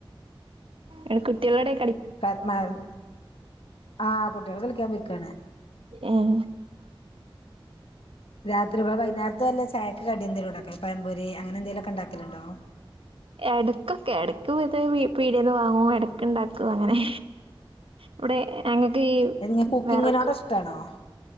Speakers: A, on the right; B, on the left.
A: എടക്ക് തിവടെ
B: <unintelligible> ആഹ് കുട്ടികൾ കളിക്കാൻ പോയ് ക്കണ
A: ആഹ്.
B: രാത്രിക വൈകേരത്ത അല്ല ചായ കടി എന്തേലും ഉണ്ടാക്കല് പഴമ്പൊരി അങ്ങന എന്തങ്കലുമൊക്കെ ഉണ്ടാക്കലുണ്ടോ
A: എടക്കൊക്കെ ഇടക്ക്ത പീടിയെന്ന് വാങ്ങും. ഇടക്ക്ണ്ടാക്കും. അങ്ങനെ ഇവിടെ ഈ
B: നി കുക്കിങ്ങിനോട്
A: വെറക്
B: ഇഷ്ടാണോ?